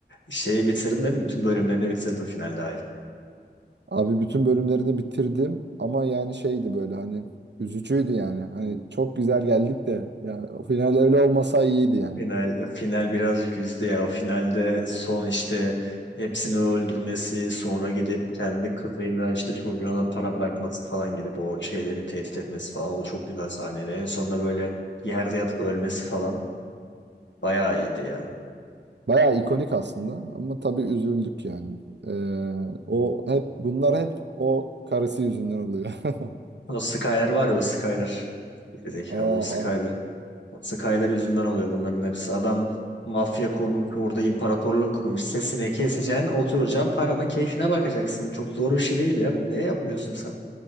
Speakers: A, on the left; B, on the right.
A: Şeyi bitirdin değil mi? Bütün bölümlerini bitirdin finalde
B: Abi bütün bölümlerini bitirdim ama yani şeydi böyle hani üzücüydü yani. Hani çok güzel geldik de yani o final öyle olmasa iyiydi yani.
A: Final, final birazcık üzdü ya. O finalde son işte hepsini öldürmesi, sonra gidip kendi kızıyla işte çocuğuna da para bırakması falan gidip o şeyleri tehdit etmesi falan o çok güzel sahneydi. En sonunda böyle yerde yatıp ölmesi falan bayağı iyiydi ya.
B: Bayağı ikonik aslında ama tabii üzüldük yani. Ee, o hep bunlar hep o karısı yüzünden oluyor. <laughs>
A: O Skyler var ya o Skyler. Gerizekalı
B: Ah
A: o Skyler.
B: ah.
A: O Skyler yüzünden oluyor bunların hepsi. Adam mafya kurmuş orada imparatorluk kurmuş. Sesini keseceksin oturacaksın paranın keyfine bakacaksın. Bu çok zor bir şey değil ya. Bunu niye yapmıyorsun sen?